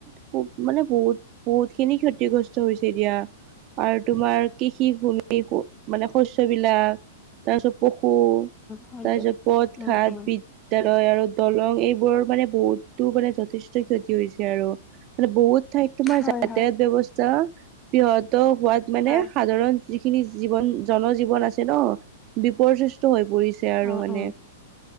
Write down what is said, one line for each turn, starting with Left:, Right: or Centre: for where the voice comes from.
Right: খুব মানে বহুত বহুত খিনি ক্ষতিগ্ৰস্ত হৈছে এতিিয়য়া আৰু তোমাৰ
Left: উম
Right: কৃষি ভূমি মানে শস্য়বলাক তাৰ পিছত পশু
Left: হয়
Right: তাৰপিছত
Left: দিয়ক।
Right: পথ
Left: উম
Right: ঘাট
Left: উম।
Right: বিদ্্যালয় আৰু দলং এইবোৰ মানে বহুতো যথেষ্ট ক্ষতি হৈছে আৰু মানে বহুত ঠাইত তোমাৰ
Left: হয়
Right: যাতায়াত
Left: হয়
Right: ব্য়ৱস্থা ব্যহত হোৱাত মানে
Left: হয়।
Right: সাধাৰণ যিখিনি জীৱন জনজীৱন আছে ন বিপৰ্যয়স হৈ পৰিছে আৰু
Left: উম
Right: মানে
Left: উম